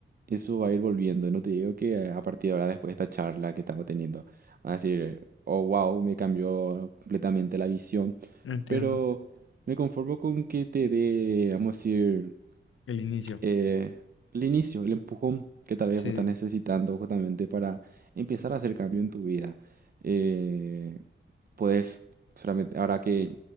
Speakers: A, on the right (about 45°); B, on the left (about 80°).
A: eso va a ir volviendo. No te digo que eh, a partir de ahora, después de esta charla que estamos teniendo, vas a decir, oh, wow, me cambió completamente la visión.
B: entiendo.
A: Pero me conformo con que te dé, vamos a decir,
B: El inicio.
A: eh, el inicio, el empujón que tal vez
B: Sí,
A: vos estás necesitando justamente para empezar a hacer cambio en tu vida. Eh, puedes solamente, ahora que,